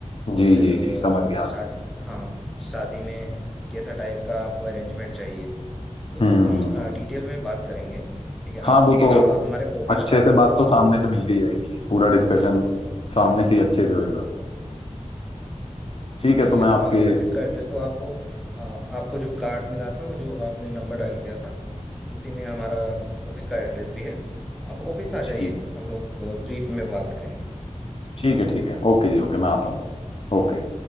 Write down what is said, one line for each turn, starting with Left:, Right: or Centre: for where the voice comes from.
Centre: और
Left: जी,
Centre: फिर
Left: जी,
Centre: अ,
Left: जी, समझ गया।
Centre: शादी हाँ शादी में कैसा टाइप का आपको अरेंजमेंट चाहिए वो
Left: हुँ,
Centre: सब हम
Left: हुँ, हुँ।
Centre: डिटेल में बात करेंगे ठीक है
Left: हाँ,
Centre: आप
Left: वो ठीक है
Centre: अ,
Left: तो ना?
Centre: हमारे ऑफिस
Left: अच्छे
Centre: आ जाइए
Left: से बात तो सामने से मिलके ही होएगी। पूरा डिस्कशन सामने
Centre: हाँ हाँ
Left: से ही अच्छे से होएगा।
Centre: हाँ,
Left: ठीक
Centre: ये
Left: है, तो मैं
Centre: हमारा
Left: ठीक आपके है।
Centre: ऑफिस का एड्रेस तो आपको आ, आपको जो कार्ड मिला था वो जो आपने नंबर डायल किया था उसी में हमारा ऑफिस का एड्रेस भी है आप ऑफिस आ
Left: ठीक
Centre: जाइए हम
Left: है,
Centre: लोग ब्रीफ में बात करेंगे
Left: ठीक है, ठीक है। ओके जी, ओके, मैं आता हूँ। ओके।